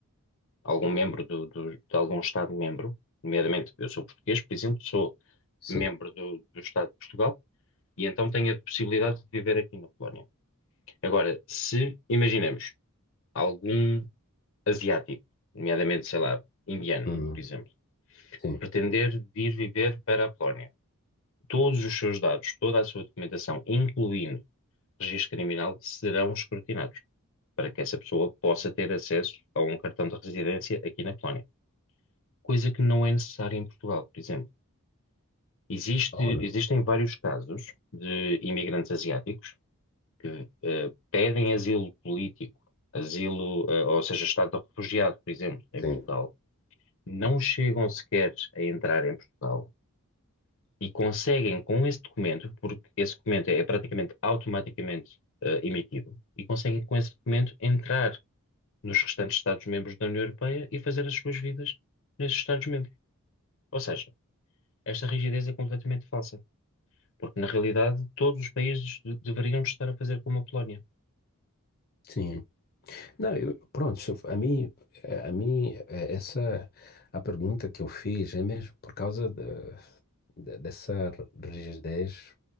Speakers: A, on the left; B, on the left.
A: algum membro do, do- de algum Estado-membro, nomeadamente eu sou português, por exemplo, sou
B: Sim.
A: membro do, do Estado de Portugal e então tenho a possibilidade de viver aqui na Polónia. Agora, se imaginemos algum asiático, nomeadamente, sei lá, indiano,
B: Hum,
A: por exemplo,
B: Sim.
A: pretender vir viver para a Polónia, todos os seus dados, toda a sua documentação, incluindo registro criminal, serão escrutinados. Para que essa pessoa possa ter acesso a um cartão de residência aqui na Polónia, coisa que não é necessária em Portugal, por exemplo. Existe-
B: Oh, não.
A: existem vários casos de imigrantes asiáticos que eh, pedem asilo político, asilo, eh, ou seja, estado de refugiado, por exemplo, em
B: Sim.
A: Portugal, não chegam sequer a entrar em Portugal e conseguem, com esse documento, porque esse documento é praticamente automaticamente eh, emitido, e conseguem, com esse documento, entrar nos restantes Estados-membros da União Europeia e fazer as suas vidas nesses Estados-membros. Ou seja, esta rigidez é completamente falsa. Porque, na realidade, todos os países de- deveriam estar a fazer como a Polónia,
B: Sim. Não, eu, pronto, se eu- a mim, a mim, eh, essa, a pergunta que eu fiz é mesmo por causa de- de- dessa rigidez